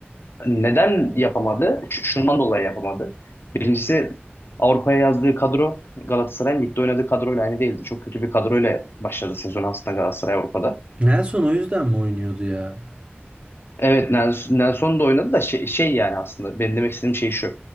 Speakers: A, on the left; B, on the right.
A: Neden yapamadı? Ş- Şundan dolayı yapamadı. Birincisi Avrupa'ya yazdığı kadro Galatasaray'ın ligde oynadığı kadroyla aynı değildi. Çok kötü bir kadroyla başladı sezon aslında Galatasaray Avrupa'da.
B: Nelson o yüzden mi oynuyordu ya?
A: Evet Nelson, Nelson da oynadı da şey, şey yani aslında benim demek istediğim şey şu.